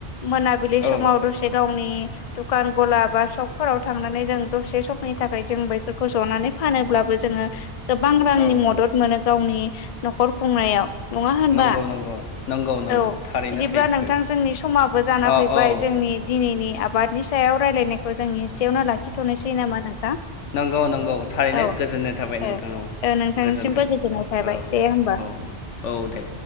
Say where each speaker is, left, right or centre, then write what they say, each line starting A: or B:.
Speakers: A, on the left; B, on the left.
A: मोनाबिलि समाव
B: औ
A: दसे गावनि दुखान गला बा सपफोराव थांनानै जों दसे समनि थाखाय जों बैफोरखौ जनानै फानोब्लाबो जों जोङो गोबां रांनि
B: औ
A: मदद मोनो गावनि न'खर खुंनायाव। नङा होनबा।
B: नंगौ नंगौ नंगौ नंगौ
A: औ
B: थारैनो
A: बिदिब्ला
B: सैथो
A: नोंथां जोंनि समाबो जाना
B: अ
A: फैबाय
B: औ
A: जों जोंनि दिनैनि आबादनि सायाव रायलायनायखौ जोंनि एसेयावनो लाखिथ'नोसै नामा नोंथां
B: नंगौ नंगौ थारैनो
A: औ
B: गोजोननाय थाबाय
A: ओ
B: नोंथां। औ
A: ओ नोंथांनिसिमबो
B: गोजोनथों।
A: गोजोननाय थाबाय
B: औ
A: दे होमबा।
B: औ औ दे